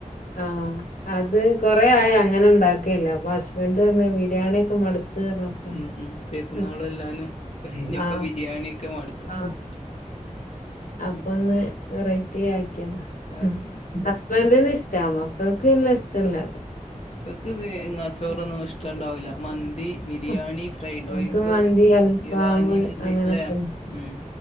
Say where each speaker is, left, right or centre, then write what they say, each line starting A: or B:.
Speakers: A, on the left (about 80°); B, on the left (about 50°).
A: ആ അത് കൊറേ ആയങ്ങനെ ണ്ടാക്കെല്ല അപ്പൊ ഹസ്ബൻഡ് ർഞ് ബിരിയാണിയൊക്കെ മട് ത്ത് ർഞ്ഞപ്പേ
B: ഉം ഉം പെരുന്നാളും
A: ഉം
B: എല്ലാനും കഴിഞ്ഞപ്പോ
A: ആ
B: ബിരിയാണിയൊക്കെ മടുത്തിട്ടുണ്ട്
A: ആ അപ്പൊന്ന്
B: ഉം
A: വെറൈറ്റിയായ് ക്കേ ന്നാ
B: ഓക്കെ
A: ഹസ് ബന്റിന് ഷ് റ്റ മക്കൾക്ക് ല്ല ഇഷ്ടല്ല
B: ക്കക്ക് വേ തേങ്ങാച്ചോറൊന്നും
A: തേങ്ങാച്ചോറൊന്നും
B: ഇഷ്ടണ്ടാവൂല്ല മന്തി ബിരിയാണി ഫ്രൈഡ്
A: ഓൽക്ക്
B: റൈസ്
A: മന്തി അൽഫാമ്
B: ഇറാനി മന്തി
A: അങ്ങനൊക്കെ
B: അല്ലെ ഉം